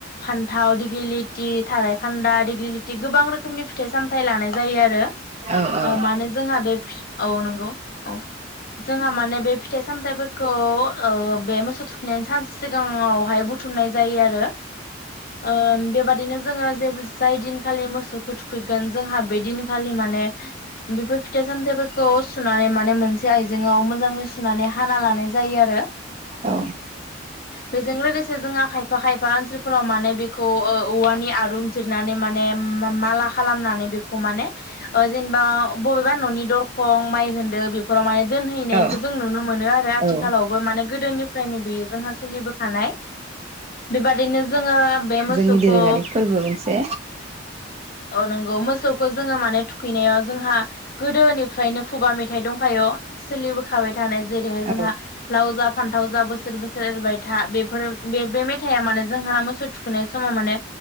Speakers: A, on the left; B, on the right.
A: फान्थाव, दिग्लि लाथि, थारायखान्दा, दिग्लि लिथि गोबां रोखोमनि फिथाइ सामथ लानाय जायो आरो
B: औ औ
A: ओ मानो जोंहा बे औ नंगौ। औ जोंहा माने बे फिथाइ सामथायाइफोरखौ ओ बे मोसौ थुखैनायनि सानसे सिगाङावहाय बुथुमनाय जायो आरो ओ बेबादिनो जोङो जे जाय दिनखालि मोसौखौ थुखैगोन जोंहा बे दिनखालि माने बेफोर फिथाइ सामथाइफोरखौ सुनानै माने मोनसे आइजेंआव मोजाङै सुनानै हाना लानाय जायो आरो।
B: औ
A: बेजों लोगोसे जोंहा खायफा खायफा ओनसोलफोराव माने बेखौ औवानि आरुं जिरनानै माने माला खालाम नानै बेखौ माने जेनेबा बबेबा न'नि दरखं, माइ होन बेफोराव माने दोनहैनायखौ
B: औ
A: जों नुनो मोनो आरो आथिखालावबो
B: औ
A: माने- गोदोनिफ्रायनो बियो जोंहा सोलिबोखानाय। बेबादिनो जोङो बे मोसौखौ
B: जोंनि दोरोङारि फोरबो मोनसे
A: ओ नंगौ मोसौखौ जोङो माने थुखैनायाव जोंहा गोदोनिफ्रायनो खुगा मेथाइ दंखायो सोलिबोखाबाय थानाय जेरैहाय जोंहा
B: औ
A: लाव जा फानथाव जा बोसोर बोसोर एरैबाय था बेफोर बे बे मेथाइआ माने जोंहा मोसौ थुखैनाय समाव माने